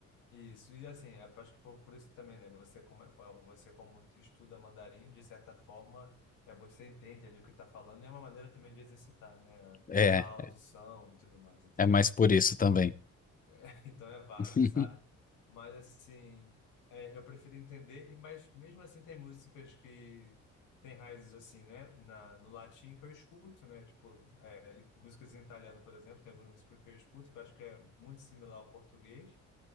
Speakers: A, on the left (about 80°); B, on the left (about 30°).
A: isso. E assim, é, acho que por, por isso também, né, você como, você como estuda mandarim, de certa forma, é, você entende ali o que está falando e é uma maneira também de exercitar, né,
B: É.
A: a audição e tudo mais. Então,
B: É mais por isso também.
A: <laughs> então é válido,
B: <laughs>
A: sabe? Mas assim, é, eu prefiro entender, e- mas mesmo assim tem músicas que têm raízes assim, né? Na, no latim que eu escuto, né? Tipo, é, e músicas em italiano, por exemplo, tem algumas músicas que eu escuto que eu acho que é muito similar ao português